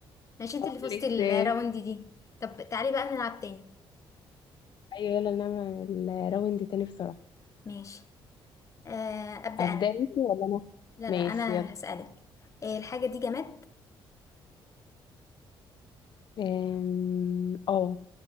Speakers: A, on the left (about 35°); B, on the left (about 50°).
A: ماشي انت اللي فزتي
B: ليكس
A: الراوند
B: ايوه
A: دي طب تعالي بقى نلعب تاني
B: يلا نعمل راوند تاني بسرعة
A: ماشي آه أبدأ
B: هبدأ
A: أنا
B: انتي ولا انا
A: لا لا
B: ماشي
A: أنا
B: يلا
A: هسألك آه الحاجة دي جماد
B: آم، اه